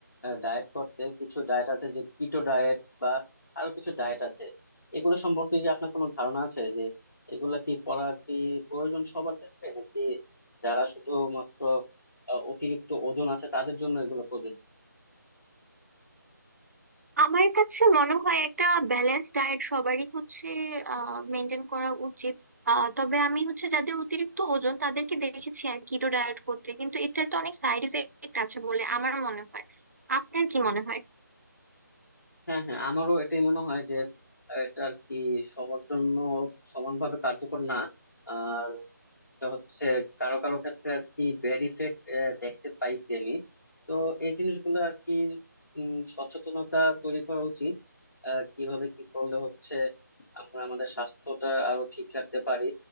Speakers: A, on the left; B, on the right.
A: ডায়েট করতে কিছু ডায়েট আছে যে কিটো ডায়েট বা আরো কিছু ডায়েট আছে এগুলো সম্পর্কে কি আপনার কোনো ধারণা আছে যে এগুলা কি করা কি প্রয়োজন সবার ক্ষেত্রে নাকি যারা শুধুমাত্র আহ, অতিরিক্ত ওজন আছে তাদের জন্য এগুলো প্রযোজ্য
B: আমার কাছে মনে হয় একটা ব্যালেন্স ডায়েট সবারই হচ্ছে আহ মেনটেন করা উচিত আহ তবে আমি হচ্ছে যাদের অতিরিক্ত ওজন তাদেরকে দেখেছি আর কিটো ডায়েট করতে কিন্তু এটার তো অনেক সাইড এফেক্ট আছে বলে আমার মনে হয় আপনার কি মনে হয়
A: হ্যাঁ হ্যাঁ আমারও এটাই মনে হয় যে আহ, এটা আর কি সবার জন্য সমানভাবে কার্যকর না আর তো হচ্ছে কারো কারো ক্ষেত্রে আর কি ব্যাড ইফেক্ট দেখতে পাইছি আমি তো এই জিনিসগুলো আর কি উম, সচেতনতা তৈরি করা উচিত আহ, কিভাবে কি করলে হচ্ছে আমরা আমাদের স্বাস্থ্যটা আরো ঠিক রাখতে পারি